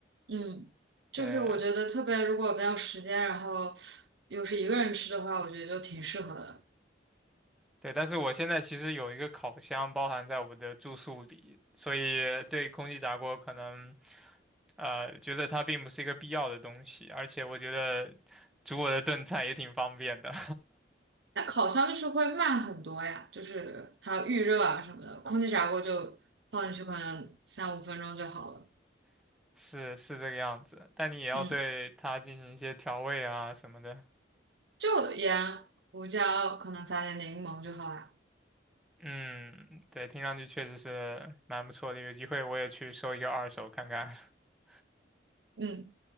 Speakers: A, on the right; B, in the centre.
A: 嗯，就是我觉得特别，
B: 对，
A: 如果没有时间，然后又是一个人吃的话，我觉得就挺适合的。
B: 对，但是我现在其实有一个烤箱包含在我的住宿里，所以对空气炸锅可能呃觉得它并不是一个必要的东西，而且我觉得煮我的炖菜也挺方便的，
A: 那烤箱就是会慢很多呀，就是还有预热啊什么的，空气炸锅就放进去可能三五分钟就好了。
B: <laughs> 是是这个样子。但你也要对它进行一些调味啊什么的。
A: 嗯，就盐、胡椒，可能撒点柠檬就好啦。
B: 嗯，对，听上去确实是蛮不错的，有机会我也去收一个二手看看。<laughs>
A: 嗯，